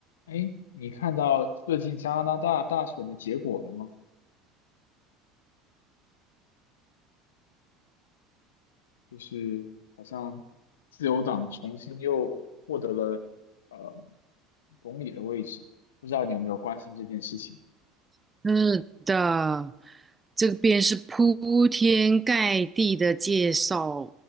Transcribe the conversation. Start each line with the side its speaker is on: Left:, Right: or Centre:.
Left: 哎，你看到最近加拿大大选的结果了吗？就是好像自由党重新又获得了呃总理的位置，不知道你有没有关心这件事情？
Right: 是的，这边是铺天盖地的介绍，